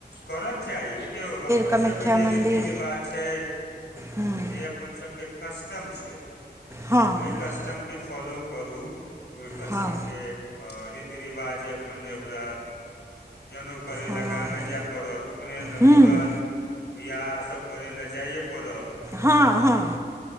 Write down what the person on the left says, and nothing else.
करऽक चाही देखियौ अपन
सबके जे
रीति रिवाज छैय
जे अपन सबके कस्टम छै
ओइ कस्ट कस्टम के फॉलो करू ओइ कस्टमके
आ रीति रिवाज जे अपन अइ ओकरा जनेउ करै
लए गामे जेएब। पड़त उपनयन
मुड़न बियाह सब करै लए जाइए पड़त।